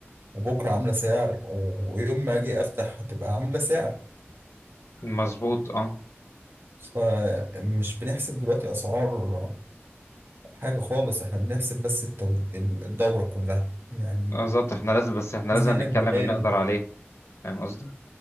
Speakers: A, on the right; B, on the left.
A: وبكره عامله سعر و- ويوم ما اجي افتح هتبقى عامله سعر
B: مظبوط اه
A: فمش بنحسب دلوقتي اسعار حاجه خالص احنا بنحسب بس التو- ال- الدوره كلها يعني
B: بالظبط احنا لازم بس احنا
A: لازم
B: لازم
A: منك
B: نتكلم
A: براند
B: اللي نقدر عليه فاهم قصدي؟